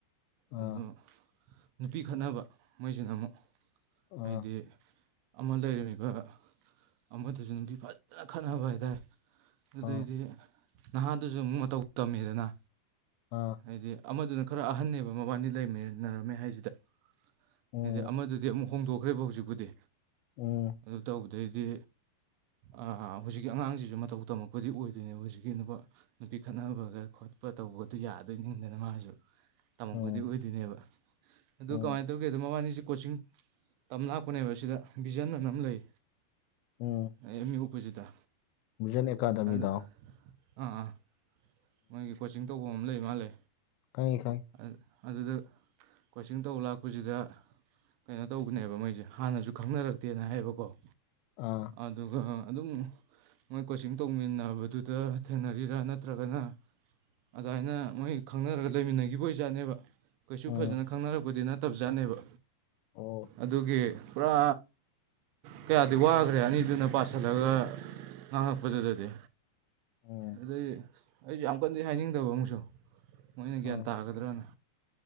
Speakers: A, on the left (about 80°); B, on the right (about 80°).
A: ꯑꯥ
B: ꯑꯗꯣ ꯅꯨꯄꯤ ꯈꯠꯅꯕ ꯃꯣꯏꯁꯤꯅ ꯑꯃꯨꯛ
A: ꯑꯥ
B: ꯍꯥꯏꯗꯤ ꯑꯃ ꯂꯩꯔꯝꯃꯤꯕ ꯑꯃꯗꯨꯁꯨ ꯅꯨꯄꯤ ꯐꯖꯅ ꯈꯠꯅꯕ ꯍꯥꯏꯇꯥꯔꯦ꯫ ꯑꯗꯨꯗꯩꯗꯤ
A: ꯑꯥ
B: ꯅꯍꯥꯗꯨꯖꯨ ꯑꯃꯨꯛ ꯃꯇꯧ ꯇꯝꯃꯦꯗꯅ꯫
A: ꯑꯥ
B: ꯍꯥꯏꯗꯤ ꯑꯃꯗꯨꯅ ꯈꯔ ꯑꯍꯟꯅꯦꯕ ꯃꯕꯥꯅꯤ ꯂꯩꯃꯤꯅꯔꯝꯃꯦ ꯍꯥꯏꯖꯤꯗ꯫
A: ꯎꯝ
B: ꯍꯥꯏꯗꯤ ꯑꯃꯗꯨꯗꯤ ꯑꯃꯨꯛ ꯍꯣꯡꯗꯣꯛꯈ꯭ꯔꯦꯕ ꯍꯧꯖꯤꯛꯄꯨꯗꯤ
A: ꯎꯝ
B: ꯑꯗꯨ ꯇꯧꯕꯗꯩꯗꯤ ꯑꯥ ꯑꯥ ꯍꯨꯖꯤꯛꯀꯤ ꯑꯉꯥꯡꯁꯤꯁꯨ ꯃꯇꯧ ꯇꯝꯃꯛꯄꯗꯤ ꯑꯣꯏꯗꯣꯏꯅꯦꯕ ꯍꯨꯖꯤꯛꯀꯤ ꯅꯨꯄꯥ ꯅꯨꯄꯤ ꯈꯠꯅꯕꯒ ꯈꯣꯠꯄ ꯇꯧꯕ ꯑꯗꯨ ꯌꯥꯗꯣꯏ ꯅꯤꯡꯗꯅ ꯃꯥꯖꯨ ꯇꯝꯃꯛꯄꯗꯤ
A: ꯎꯝ
B: ꯑꯣꯏꯗꯣꯏꯅꯦꯕ꯫ ꯑꯗꯨ
A: ꯎꯝ
B: ꯀꯃꯥꯏ ꯇꯧꯒꯦꯗꯣ ꯃꯕꯥꯅꯤꯁꯤ ꯀꯣꯆꯤꯡ ꯇꯝ ꯂꯥꯛꯄꯅꯦꯕ ꯁꯤꯗ ꯚꯤꯖꯟ ꯑꯅ ꯑꯝ ꯂꯩ
A: ꯎꯝ
B: ꯑꯦꯝ ꯌꯨ ꯑꯣꯄꯣꯖꯤꯠꯗ
A: ꯚꯤꯖꯟ ꯑꯦꯀꯥꯗꯃꯤꯗꯣ
B: ꯑꯗꯨ ꯑꯥ ꯑꯥ ꯃꯣꯏꯒꯤ ꯀꯣꯆꯤꯡ ꯇꯧꯕꯝ ꯑꯝ ꯂꯩꯃꯥꯜꯂꯦ
A: ꯈꯪꯉꯦ ꯈꯪꯉꯦ
B: ꯑ ꯑꯗꯨꯗ ꯀꯣꯆꯤꯡ ꯇꯧ ꯂꯥꯛꯄꯖꯤꯗ ꯀꯩꯅꯣ ꯇꯧꯕꯅꯦꯕ ꯃꯣꯏꯖꯦ ꯍꯥꯟꯅꯖꯨ ꯈꯪꯅꯔꯛꯇꯦꯅ ꯍꯥꯏꯕꯀꯣ
A: ꯑ
B: ꯑꯗꯨꯒ ꯑꯗꯨꯝ ꯃꯣꯏ ꯀꯣꯆꯤꯡ ꯇꯧꯃꯤꯟꯅꯕꯗꯨꯗ ꯊꯦꯡꯅꯔꯤꯔ ꯅꯠꯇ꯭ꯔꯒꯅ ꯑꯗꯥꯏꯅ ꯃꯣꯏ ꯈꯪꯅꯔꯒ ꯂꯩꯃꯤꯟꯅꯒꯤꯕ ꯑꯣꯏꯖꯥꯠꯅꯦꯕ ꯀꯩꯁꯨ
A: ꯎꯝ
B: ꯐꯖꯅ ꯈꯪꯅꯔꯛꯄꯗꯤ ꯅꯠꯇꯞꯖꯥꯠꯅꯦꯕ
A: ꯑꯣ
B: ꯑꯗꯨꯒꯤ ꯄꯨꯔꯥ ꯀꯌꯥꯗꯤ ꯋꯥꯒ꯭ꯔꯦ ꯑꯅꯤꯗꯨꯅ ꯄꯥꯁꯜꯂꯒ ꯉꯥꯡꯉꯛꯄꯗꯨꯗꯗꯤ
A: ꯎꯝ
B: ꯑꯗꯨꯏ ꯑꯩꯖꯨ ꯌꯥꯝ ꯀꯟꯅꯗꯤ ꯍꯥꯏꯅꯤꯡꯗꯕ ꯑꯃꯨꯛꯁꯨ ꯃꯣꯏꯅ
A: ꯑꯥ
B: ꯒ꯭ꯌꯥꯟ ꯇꯥꯒꯗ꯭ꯔꯅ